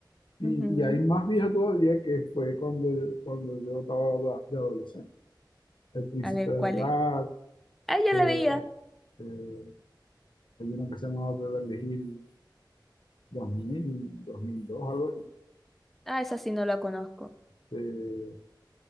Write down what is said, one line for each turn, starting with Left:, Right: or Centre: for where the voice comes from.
Left: Y,
Centre: Ujú.
Left: y hay más vieja todavía que fue cuando yo, cuando yo estaba de adolescente. El Príncipe
Centre: A ver,
Left: del
Centre: ¿cuál
Left: Rat,
Centre: es? Ah, ya
Left: eh,
Centre: la veía.
Left: eh, hay uno que se llamaba Beverly Hills 2000, 2002, algo así.
Centre: Ah, esa sí no la conozco.
Left: Eh,